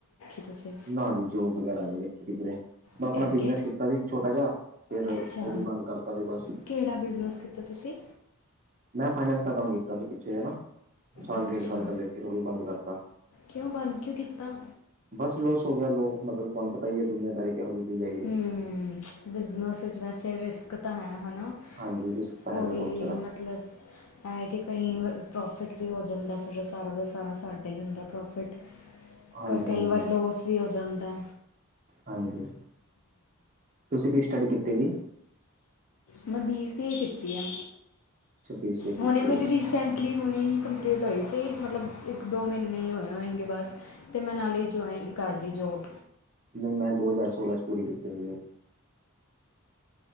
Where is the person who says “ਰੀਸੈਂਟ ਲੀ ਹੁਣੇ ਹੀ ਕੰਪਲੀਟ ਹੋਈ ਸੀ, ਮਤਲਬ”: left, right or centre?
Left